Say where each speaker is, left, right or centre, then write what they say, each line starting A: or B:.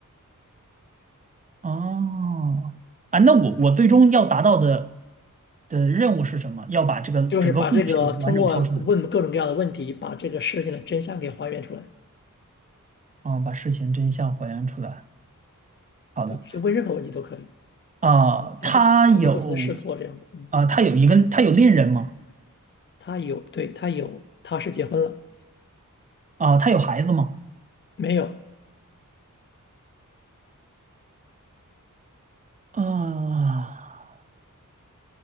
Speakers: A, on the right; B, on the left.
A: 哦，啊，那我我最终要达到的的任务是什么？要把这个整个故事完整说出来，
B: 就是把这个通过问各种各样的问题，把这个事情的真相给还原出来，
A: 啊、把事情真相还原出来。好的，
B: 对，去问任何问题都可以，
A: 啊、
B: 也可以可以不停的试错这样的，
A: 他有，
B: 嗯，
A: 啊、他有一个，他有恋人吗？
B: 他有，对，他有，他是结婚了，
A: 啊、他有孩子吗？
B: 没有。
A: 啊、